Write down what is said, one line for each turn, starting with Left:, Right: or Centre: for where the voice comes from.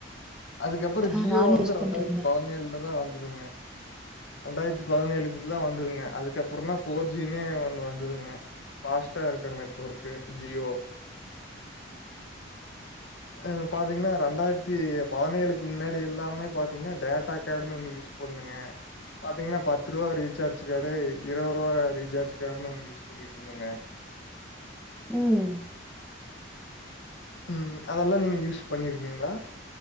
Left: அதுக்கப்பறோ
Centre: ஆ
Left: ஜியோ
Centre: நானே
Left: வந்து
Centre: யூஸ் பண்ணிட்ருந்தே
Left: ரெண்டாயிரத்தி பதினேழுலதா வந்ததுங்க ரெண்டாயிரத்தி பதினேழுக்கு தா வந்ததுங்க அதுக்கப்றோ தா ஃபோர் ஜினே ஒன்னு வந்ததுங்க ஃபாஸ்ட்டா இருக்கிற நெட்ஒர்க்கு ஜியோ ஆ பாத்தீங்கன்னா ரெண்டாயிரத்தி பதினேழுக்கு முன்னாடி எல்லாமே பாத்தீங்கன்னா டேட்டா காடுன்னு ஒன்னு யூஸ் பண்ணுவ பாத்தீங்கன்னா பத்து ரூபா ரீசார்ஜ் காடே இருவது ரூபா ரீசார்ஜ் கார்டுன்னு ஒன்னு யூஸ் பண்ணிட்டு இருந்தங்க
Centre: ம்
Left: ம் அதெல்லா நீங்க யூஸ் பண்ணிருக்கீங்களா